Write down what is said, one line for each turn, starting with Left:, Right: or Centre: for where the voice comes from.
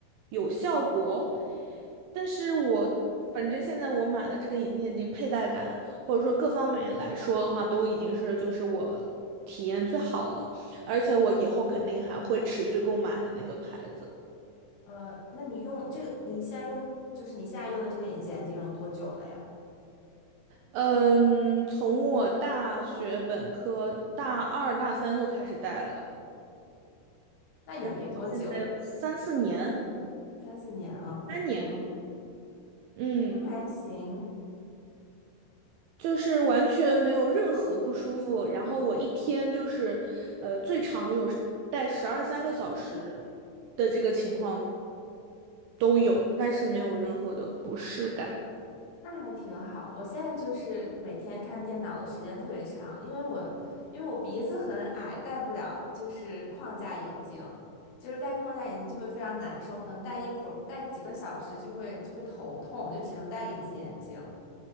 Right: 有效果。但是我反正现在我买的这个隐形眼镜佩戴感，或者说各方面来说的话，都已经是就是我体验最好的，而且我以后肯定还会持续购买的那个牌子。
Left: 呃，那你用这个，你现在用就是你现在用的这个隐形眼镜有多久了呀？
Right: 嗯，从我大学本科大二大三就开始戴了。
Left: 那也没多久，
Right: 然后现在有三四年，
Left: 三四年了。
Right: 三年，
Left: 嗯，
Right: 嗯，
Left: 那还行。
Right: 就是完全没有任何不舒服。然后我一天就是，呃，最长有带十二三个小时的这个情况都有，但是没有任何的不适感。
Left: 那还挺好。我现在就是每天看电脑的时间特别长，因为我因为我鼻子很矮，戴不了就是框架眼镜，就是戴框架眼镜就会非常难受，可能戴一会儿，戴几个小时就会就会头痛，就只能戴隐形眼镜。